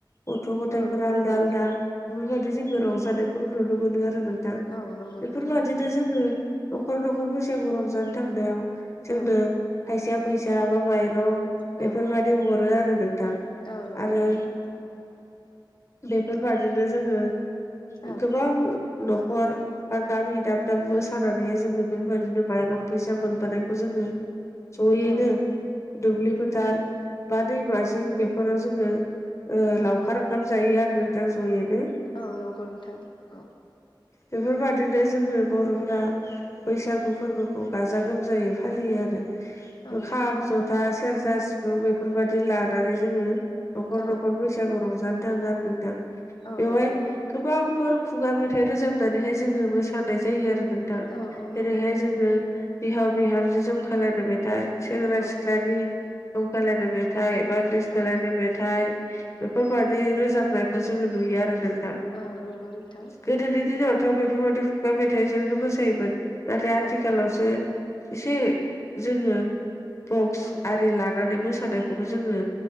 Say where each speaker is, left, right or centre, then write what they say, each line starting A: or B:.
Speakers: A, on the left; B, on the left.
A: गथ' गथाइफोर
B: औ नंगौ
A: आलदा
B: नोंथां
A: आलदा बेफोरबादि जोङो रंजानायखौ नुनो मोनो आरो नोंथां
B: औ नंगौ
A: बेफोरबादिनो
B: नोंथां औ
A: जोङो न'खर न'खर बैसागु रंजानो थांनायाव जोंनो
B: औ
A: खायसेया फैसा बा माइरं
B: औ
A: बेफोरबायदि हरो आरो नोंथां
B: औ नंगौ
A: आरो
B: नोंथां
A: बेफोरबादिनो जोङो
B: औ
A: गोबां न'खर बा गामि दाब दाब मोसानानैहाय जोङो बेफोरबायदिनो माइरं फैसा मोनबोनायखौ जोङो जयैनो
B: औ
A: दुब्लि फोथार बा दैमाजिं बेफोराव जोङो ओ लावखार
B: औ
A: ओंखाम जायो आरो नोंथां ज'यैनो।
B: औ नंगौ नोंथां औ
A: बेफोरबादिनो जोङो बर'फोरा बैसागु फोरबोखौ गाजा गोमजायै फालियो आरो।
B: औ
A: खाम
B: नंगौ नोंथां
A: जथा सेरजा सिफुं बेफोरबादि लानानै जोङो न'खर
B: औ
A: न'खर बैसागु रंजानो थाङो आरो नोंथां
B: औ नंगौ
A: बेवहाय
B: नोंथां
A: गोबां बेफोर खुगा मेथाइ रोजाबनानैहाय जोङो मोसानाय जायो आरो नों थां
B: औ औ नंगौ
A: जेरैहाय
B: नोंथां
A: जोङो बिहाव बिहामजो जंखाय लायनाय मेथाइ सेंग्रा
B: औ
A: सिख्ला बादि जंखायलायनाय मेथाइ बा गोसथोलायनाय
B: औ
A: मेथाइ बेफोरबा दि बे रोजाबनायखौ जोङो नुयो आरो नोंथां
B: औ नंगौ नोंथां
A: गो दोनि दिनैनि दिनावथ' बेफोरबाददि खुगा मेथाइजोंनो मोसायोमोन नाथाय आथिखालाव
B: औ
A: जे एसे जोङो बक्स
B: औ
A: आरि लानानै मोसानायखौबो जोङो